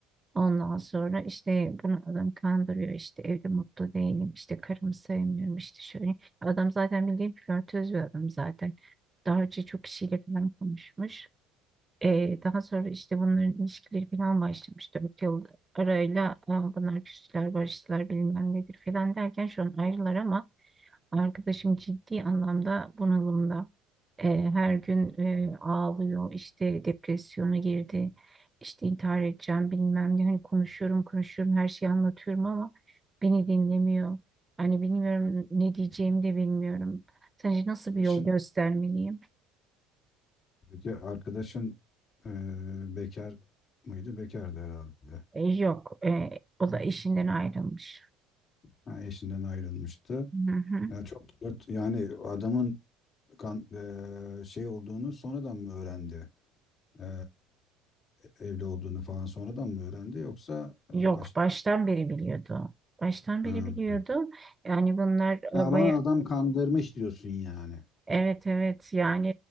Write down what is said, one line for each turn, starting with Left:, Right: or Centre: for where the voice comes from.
Right: Ondan sonra işte bunu adam kandırıyor işte evde mutlu değilim işte karımı sevmiyorum işte şöyle. Adam zaten bildiğin flörtöz bir adam zaten. Daha önce çok kişiyle falan konuşmuş. Ee, daha sonra işte bunların ilişkileri falan başlamış. Dört yıl arayla "Aa, bunlar küstüler, barıştılar bilmem nedir falan derken şu an ayrılar ama arkadaşım ciddi anlamda bunalımda. Ee, her gün e, ağlıyor, işte depresyona girdi, işte intihar edeceğim bilmem ne. Hani konuşuyorum, konuşuyorum, her şeyi anlatıyorum ama beni dinlemiyor. Hani bilmiyorum ne diyeceğimi de bilmiyorum. Sence nasıl
Left: Arkadaşın
Right: bir yol göstermeliyim?
Left: peki arkadaşın e, bekar mıydı? Bekardı herhalde.
Right: Ee, yok, e, o da eşinden ayrılmış.
Left: Ha, eşinden ayrılmıştı.
Right: Hı hı.
Left: Yani çok yani adamın kan, e, şey olduğunu sonradan mı öğrendi? E, evli olduğunu falan sonradan mı öğrendi yoksa
Right: Yok,
Left: e, baş
Right: baştan beri biliyordu. Baştan
Left: ha.
Right: beri biliyordu. Yani bunlar
Left: Ama
Right: e, baya
Left: adam kandırmış diyorsun yani.
Right: evet evet yani